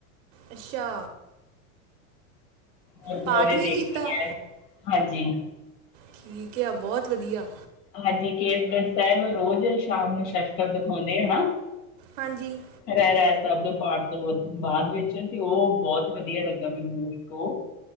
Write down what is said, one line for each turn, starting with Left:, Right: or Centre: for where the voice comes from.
Right: ਅੱਛਾ।
Left: ਗੁਰਦੁਆਰੇ
Right: ਪਾਠ ਵੀ
Left: ਦੇਖੇ
Right: ਕੀਤਾ
Left: ਐ, ਹਾਂਜੀ।
Right: ਠੀਕ ਆ, ਬਹੁਤ ਵਧੀਆ।
Left: ਹਾਂਜੀ, ਕੇਸਗੜ੍ਹ ਸਾਹਿਬ ਰੋਜ਼ ਸ਼ਾਮ ਨੂੰ ਸ਼ਸਤਰ ਦਿਖਾਉਂਦੇ ਹਨਾ।
Right: ਹਾਂਜੀ। ‌
Left: ਰਹਿਰਾਸ ਸਾਹਿਬ ਦੇ ਪਾਠ ਤੋਂ ਬਾਅਦ ਵਿੱਚ ਤੇ ਉਹ ਬਹੁਤ ਵਧੀਆ ਲੱਗਾ ਮੈਨੂੰ ਇੱਕ ਉਹ।